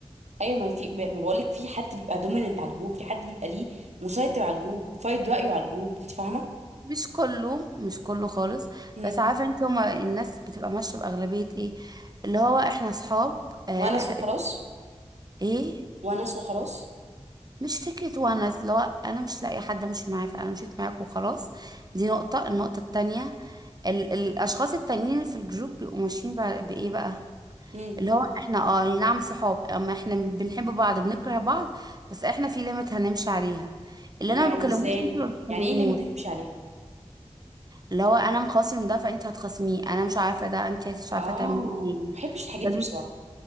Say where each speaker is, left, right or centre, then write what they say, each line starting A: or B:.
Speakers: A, on the right; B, on the right.
A: ايوه ما في ما بقول لك في حد بيبقى دوميننت على الجروب في حد بيبقى ليه مسيطر على الجروب فايد رايه على الجروب انت فاهمه
B: مش كله مش كله خالص
A: مم.
B: بس عارفة انت هما الناس بتبقى ماشية بأغلبية ايه اللي هو احنا اصحاب آه،
A: ونس وخلاص
B: ايه
A: ونس وخلاص
B: مش فكرة ونس لو أنا مش لاقي حد أمشي معاه فأنا مشيت معاك وخلاص دي نقطة النقطة التانية ال الأشخاص التانيين اللي في الجروب بيبقوا ماشيين بع- بإيه بقى
A: مم.
B: اللي هو احنا اه أي نعم صحاب اما احنا بنحب بعض بنكره بعض بس احنا في ليميت هنمشي عليها اللي
A: يعني
B: انا ما بكلموش
A: ازاي
B: انت ما بتكلموه
A: يعني ايه ليميت هتمشي عليها
B: اللي هو انا مخاصم ده فانت هتخاصميه انا مش عارفه ده انت مش
A: اه
B: عارفه تعملي ايه
A: ما بحبش الحاجات
B: ده
A: دي
B: بيقضي
A: بصراحه